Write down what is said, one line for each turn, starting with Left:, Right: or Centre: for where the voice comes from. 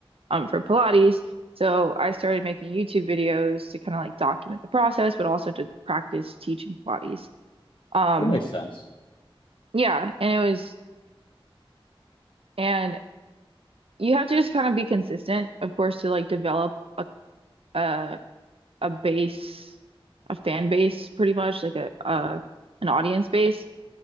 Right: um for Pilates. So I started making YouTube videos to kind of like document the process, but also to practice teaching Pilates. Um,
Left: that makes sense.
Right: yeah, and it was and you have to just kind of be consistent, of course, to like develop a a, a base, a fan base pretty much, like a uh an audience base.